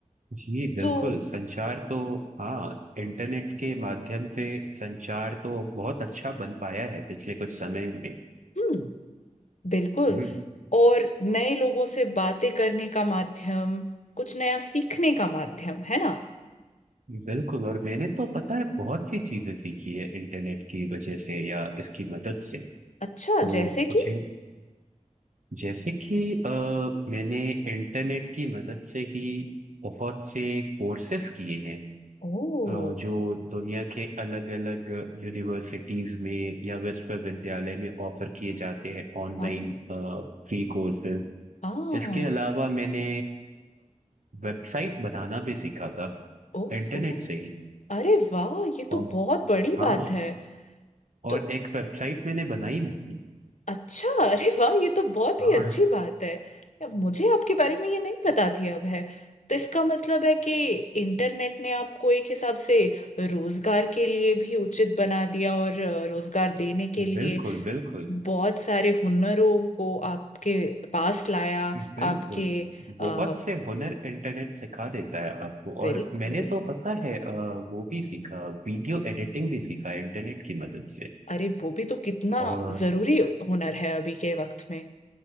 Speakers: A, on the right; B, on the left.
A: जी बिल्कुल
B: तो
A: संचार तो हाँ इंटरनेट के माध्यम से संचार तो बहुत अच्छा बन पाया है पिछले कुछ समय में
B: हम्म बिल्कुल
A: हम्म
B: और नए लोगों से बातें करने का माध्यम कुछ नया सीखने का माध्यम है ना
A: बिल्कुल और मैंने तो पता है बहुत सी चीजें सीखी है इंटरनेट की वजह से या इसकी मदद से
B: अच्छा
A: तो
B: जैसे
A: मुझे
B: कि
A: जैसे कि अ, मैंने इंटरनेट की मदद से ही बहुत से कोर्सेस किए हैं
B: ओ
A: अ, जो दुनिया के अलग अलग यूनिवर्सिटीज में या विश्वविद्यालय में ऑफर किए जाते हैं ऑनलाइन
B: हाँ
A: फ्री कोर्सेज
B: हाँ
A: इसके अलावा मैंने वेबसाइट बनाना भी सीखा था
B: ओफो
A: इंटरनेट से ही
B: अरे वाह ये तो
A: और
B: बहुत बड़ी
A: हाँ
B: बात है तो
A: और एक वेबसाइट मैंने बनाई भी थी
B: अच्छा अरे वाह ये तो बहुत ही
A: हाँ
B: अच्छी बात है या मुझे आपके बारे में ये नहीं पता थी अब है तो इसका मतलब है कि इंटरनेट ने आपको एक हिसाब से रोजगार के लिए भी उचित बना दिया और अ, रोजगार देने के लिए
A: बिल्कुल बिल्कुल
B: बहुत सारे हुनरों को आपके पास लाया
A: बिल्कुल
B: आपके
A: बहुत
B: आ,
A: से हुनर इंटरनेट सिखा देता है आपको
B: बिल्कुल
A: और मैंने तो पता है अ, वो भी सीखा वीडियो एडिटिंग भी सीखा इंटरनेट की मदद से
B: अरे वो भी तो कितना
A: और
B: जरूरी हुनर है अभी के वक्त में